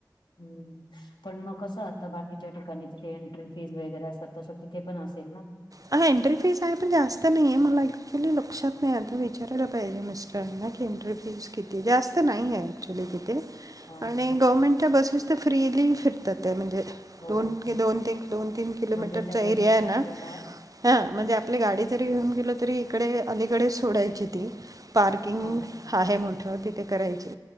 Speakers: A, on the left; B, on the right.
A: हम्म पण मग कस आता बा तिच्या ठिकाणी तिथे एंट्री फीज वगैरे असतात तस तिथे पण असेल ना?
B: हा एंट्री फीज आहे, पण जास्त नाहीे. मला ऍक्च्युली लक्षात नाही आता विचारायला पाहिजे मिस्टरना. एन्ट्री फीज किती आहे जास्त नाहीए अच्युली तिथे
A: हा
B: आणि गव्- त्या बसेस तर फ्रीली फिरतात त्या म्हणजे.
A: हो
B: दोन की दोन ते दोन तीन किलोमीटरचा
A: म्हणजे त्या
B: एरिया
A: बसेस
B: आहे
A: आपल्याला
B: ना. हा म्हणजे आपली गाडी जरी घेऊन गेल तरी इकडे अलीकडे सोडायची ती. पार्किंग
A: हा
B: आहे मोठं तिथे करायची